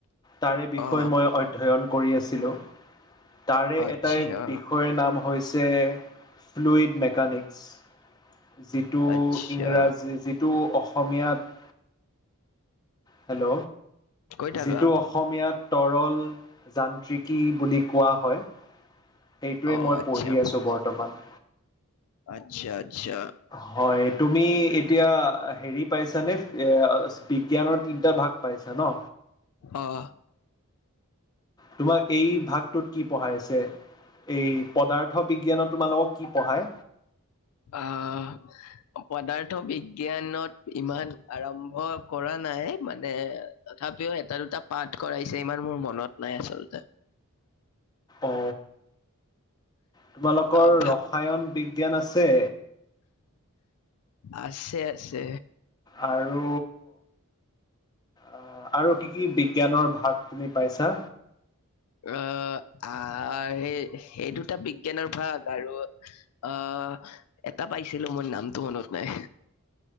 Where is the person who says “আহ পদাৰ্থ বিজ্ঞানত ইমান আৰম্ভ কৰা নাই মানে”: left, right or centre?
Left